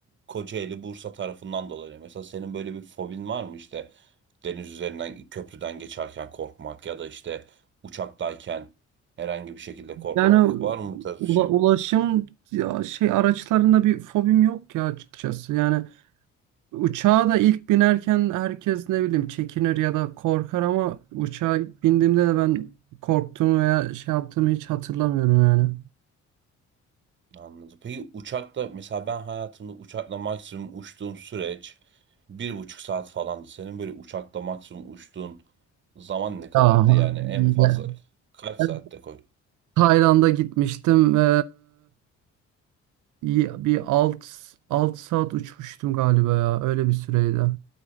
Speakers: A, on the right; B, on the right.
A: Kocaeli Bursa tarafından dolanıyor. Mesela senin böyle bir fobin var mı işte deniz üzerinden köprüden geçerken korkmak ya da işte uçaktayken herhangi bir şekilde korkmak
B: Yani
A: var mı bu tarz
B: ula-
A: bir şey?
B: ulaşım ya şey araçlarında bir fobim yok ya açıkçası. Yani uçağa da ilk binerken herkes ne bileyim çekinir ya da korkar ama uçağa ilk bindiğimde de ben korktuğumu veya şey yaptığımı hiç hatırlamıyorum yani.
A: Anladım. Peki uçakla mesela ben hayatımda uçakla maksimum uçtuğum süreç bir buçuk saat falandı. Senin böyle uçakla maksimum uçtuğun zaman ne kadardı?
B: Ya,
A: Yani en fazla
B: ya-
A: kaç
B: ben
A: saatte koy
B: Tayland'a gitmiştim ve iyi- bir alt alt saat uçmuştum galiba ya öyle bir süreydi.